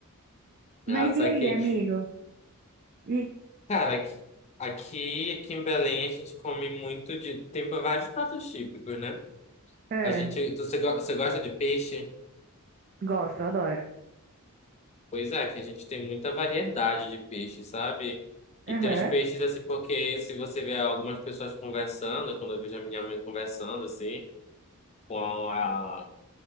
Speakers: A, on the right; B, on the left.
A: Mas
B: Ah, saquei.
A: e aí, amigo? E,
B: Cara, aqui, aqui aqui em Belém a gente come muito de... Tem vários pratos típicos, né?
A: ah,
B: A gente... tu- Você go- você gosta de peixe?
A: gosto, eu adoro.
B: Pois é, que a gente tem muita variedade de peixe, sabe?
A: Aham.
B: E tem uns peixes assim, porque se você vê algumas pessoas conversando, quando eu vejo a minha mãe conversando assim, com a,